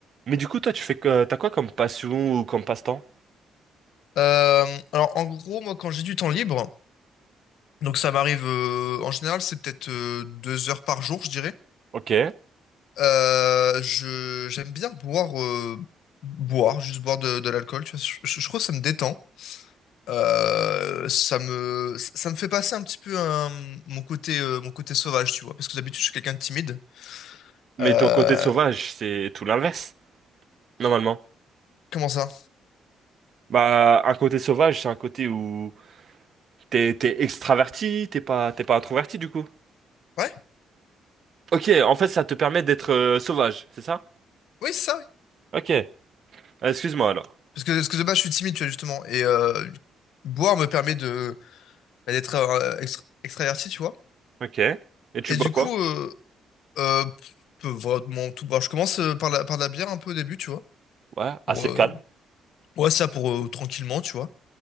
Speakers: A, on the right; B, on the left.
A: Mais du coup, toi, tu fais que t'as quoi comme passion ou comme passe-temps?
B: Euh, alors en gros, moi quand j'ai du temps libre, donc ça m'arrive euh, en général c'est peut-être euh, deux heures par jour, je dirais.
A: Ok.
B: Euh, je j'aime bien boire, euh, boire, juste boire de, de l'alcool. Tu vois, je, je- je trouve que ça me détend. Euh, ça me ça me fait passer un petit peu un- mon côté euh, mon côté sauvage, tu vois. Parce que d'habitude je suis quelqu'un de timide.
A: Mais
B: Euh,
A: ton côté sauvage, c'est tout l'inverse, normalement.
B: comment ça?
A: Bah, un côté sauvage, c'est un côté où t'es t'es extraverti, t'es pas t'es pas introverti du coup.
B: Ouais,
A: Ok, en fait, ça te permet d'être euh, sauvage, c'est ça?
B: oui c'est ça. oui.
A: Ok. Ah, Excuse-moi alors.
B: Parce que parce que de base je suis timide, tu vois justement. Et euh, boire me permet de bah, d'être euh, extra- extraverti, tu vois.
A: Ok. Et tu
B: Et
A: bois
B: du
A: quoi?
B: coup, euh, euh, peu- vraiment tout. bon je commence euh, par la, par la bière un peu au début, tu vois.
A: Ouais, assez
B: Pour, euh,
A: calme.
B: ouais, ça pour euh, tranquillement, tu vois.